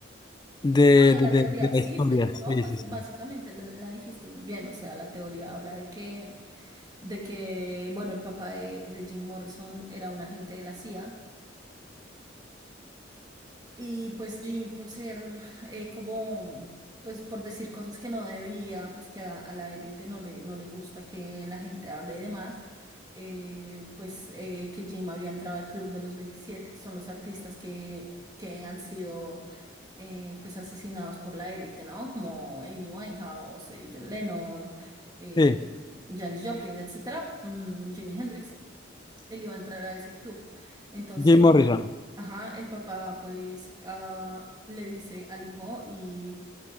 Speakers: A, on the left; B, on the right.
A: de,
B: Ah, de
A: de,
B: la
A: de,
B: teoría.
A: de la
B: Sí,
A: historia.
B: pues, no,
A: Sí,
B: pues
A: sí, sí.
B: básicamente la, la dijiste muy bien. O sea, la teoría habla de que, de que, bueno, el papá de, de Jim Morrison era un agente de la CIA. Y pues Jean, por ser eh, como, pues por decir cosas que no debía, pues que a, a la élite no le, no le gusta que la gente hable de más, eh, pues eh, que Jim había entrado al Club de los 27, que son los artistas que, que han sido eh, pues asesinados por la élite, ¿no? Como Amy Winehouse, eh, John Lennon, eh,
A: Sí,
B: Janis Joplin, etcétera, mm, Jimi Hendrix, él iba a entrar a ese club. Entonces,
A: Jim Morrison.
B: Ajá, el papá pues ah, le dice al hijo y